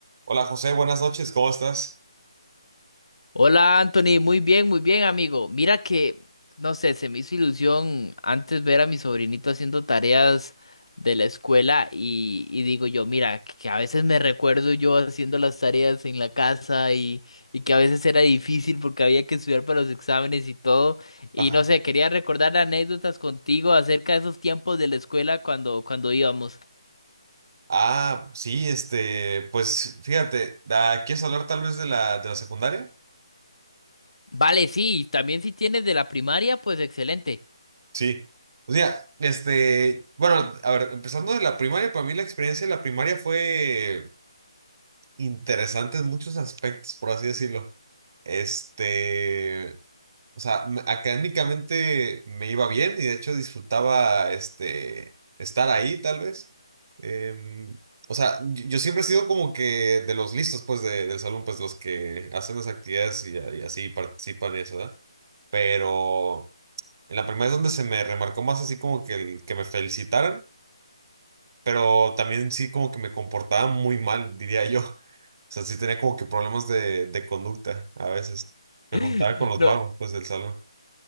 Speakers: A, on the right; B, on the left.
A: Hola José, buenas noches, ¿cómo estás?
B: Hola Anthony, muy bien, muy bien amigo. Mira que, no sé, se me hizo ilusión antes ver a mi sobrinito haciendo tareas de la escuela y, y digo yo, mira, que a veces me recuerdo yo haciendo las tareas en la casa y, y que a veces era difícil porque había que estudiar para los exámenes y todo. Y
A: Ajá.
B: no sé, quería recordar anécdotas contigo acerca de esos tiempos de la escuela cuando, cuando íbamos.
A: Ah, sí, este, pues fíjate, da- ¿quieres hablar tal vez de la, de la secundaria?
B: Vale, sí, también si tienes de la primaria, pues excelente.
A: Sí. O sea, este, bueno, a ver, empezando de la primaria, para mí la experiencia de la primaria fue interesante en muchos aspectos, por así decirlo. Este, O sea, me- académicamente me iba bien y de hecho disfrutaba este, estar ahí, tal vez. Em, o sea, yo, yo siempre he sido como que de los listos, pues, de- del salón, pues, los que hacen las actividades y, y así participan y eso, ¿verdad? Pero en la primera es donde se me remarcó más así como que, el- que me felicitaran, pero también sí como que me comportaba muy mal, diría yo. <laughs> O sea, sí tenía como que problemas de, de conducta a veces. Me
B: <laughs>
A: juntaba con los
B: No.
A: vagos, pues, del salón.